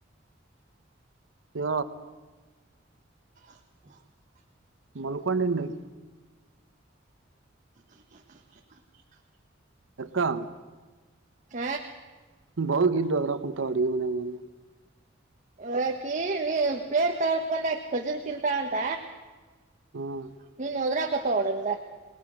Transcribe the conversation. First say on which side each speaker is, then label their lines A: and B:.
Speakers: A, on the right (about 80°); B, on the right (about 40°).
A: ಹ
B: <inaudible>
A: ಮಲ್ಕೊಂಡನ್ನ
B: <inaudible>
A: ಎಕ್ಕಾ
B: ಹ
A: ಬಾವ ಇ್ದು ಅದ್ರ ಕುಂತ ಅಡುಿಗೆ ಮನ್ಯಾಗ ಬಂದು
B: ಹಾಕಿ ನೀ ಪ್ಲೇಟ್ ತರಕ್ ಬಂದ ಖಜರು ತಿಂತ ಅಂತ
A: ಹ್ಮ್
B: ನೀನುೊದರಾ ಕೊತ ಡ